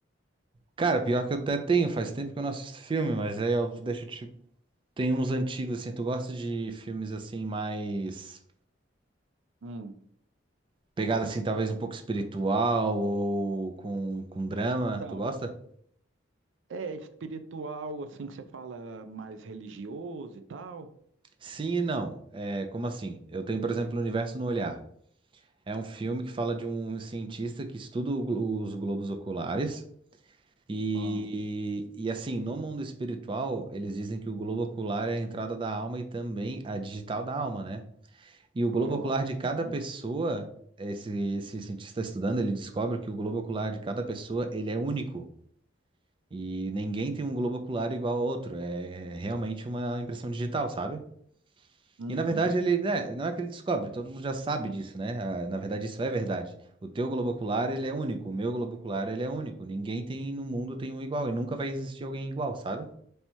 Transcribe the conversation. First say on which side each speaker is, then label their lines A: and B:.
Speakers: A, on the right; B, on the right.
A: Cara, pior que eu até tenho, faz tempo que eu não assisto filme, mas aí eu deixa tipo tem uns antigos assim, tu gosta de filmes assim mais
B: Hum.
A: pegada assim, talvez um pouco espiritual ou com com drama,
B: então,
A: tu gosta?
B: É espiritual, assim que você fala, mais religioso e tal?
A: Sim e não. É, como assim? Eu tenho, por exemplo, O Universo no Olhar. É um filme que fala de um cientista que estuda o glo- os globos oculares. E,
B: Ó,
A: e assim, no mundo espiritual, eles dizem que o globo ocular é a entrada da alma e também a digital da alma, né? E o
B: ó,
A: globo ocular de cada
B: sabia.
A: pessoa, esse, esse cientista estudando, ele descobre que o globo ocular de cada pessoa, ele é único. E ninguém tem um globo ocular igual ao outro. É é realmente uma impressão digital, sabe?
B: Uhum,
A: E na verdade ele, né, não é que ele descobre, todo mundo já sabe disso, né? Ah, Na verdade isso é verdade. O teu globo ocular, ele é único, o meu globo ocular, ele é único. Ninguém tem no mundo tem um igual e nunca vai existir alguém igual, sabe?